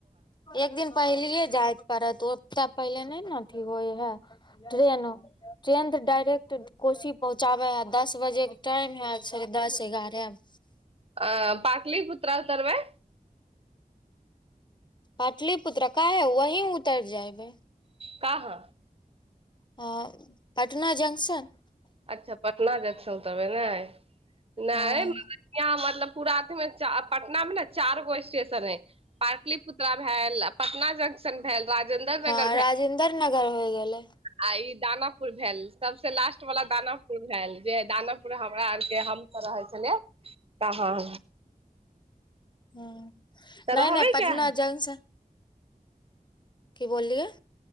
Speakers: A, on the left; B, on the right.
A: एक दिन पहिलेये जाय पड़त ओत पहिले नय ने अथी होइ है ट्रेन ट्रेन त डायरेक्ट कोशी पहुँचाबे है दस बजे के टाइम है साढ़े दस एगारह
B: आ-पाटलिपुत्रा स उतरवय?
A: पाटलिपुत्रा काहे वहीं उतैर जायबे।
B: कहाँ?
A: हां ओ पटना जंक्शन
B: अच्छा पटना जक्शन उतरबे नय, नय
A: हँ
B: मतलब की पूरा अथी मे- पटना मे ने चार गो स्टेशन हय पाटलिपुत्रा भेल, पटना जंक्शन भेल राजेन्द्र नगर
A: हां
B: भेल
A: राजेन्द्र नगर होइ गेलै।
B: आ ई दानापुर भेल, सबसे लास्ट वाला दानापुर भेल, जे दानापुर हमरा के हम त रहल छलियै तहाँ
A: हूँ,
B: तऽ
A: नै
B: रहबै
A: नै पटना
B: क्या
A: जंक्शन जंक्शन। की बोललियै?